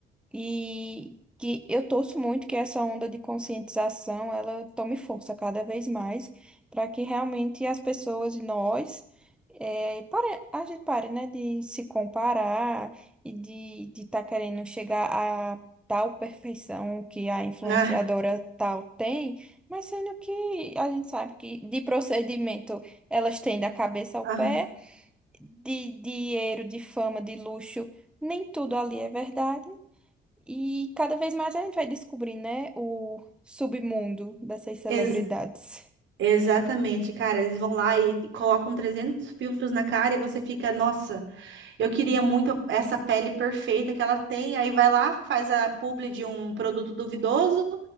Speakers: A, in the centre; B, on the right (about 70°).
A: E que eu torço muito que essa onda de conscientização ela tome força cada vez mais para que realmente as pessoas e nós eh, pare, a gente pare, né, de se comparar e de de estar querendo chegar a tal perfeição que a influenciadora
B: Ah,
A: tal tem, mas sendo que a gente sabe que de procedimento elas têm da cabeça ao
B: ah,
A: pé, de dinheiro, de fama, de luxo, nem tudo ali é verdade. E cada vez mais a gente vai descobrir, né, o submundo dessas celebridades.
B: ex- exatamente, cara. Eles vão lá e colocam 300 filtros na cara e você fica, nossa, eu queria muito essa pele perfeita que ela tem. Aí vai lá, faz a publi de um produto duvidoso.